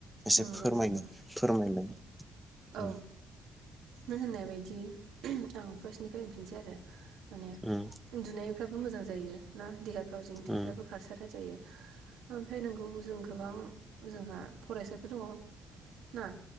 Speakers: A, in the centre; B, on the right.
A: एसे
B: नंगौ
A: फोरमायोनो
B: नंगौ
A: फोरमायलाय उम
B: औ नों होननाय बायदि आं फार्स्टनिफ्राय होनफिनसै आरो माने
A: उम
B: उन्दुनायफ्राबो मोजां जायो ना देहाफ्राव जोंनि थैफ्राबो
A: उम
B: खारसारनाय जायो ओमफ्राय नोंगौ जों गोबां जोंहा फरायसाफोर दङ ना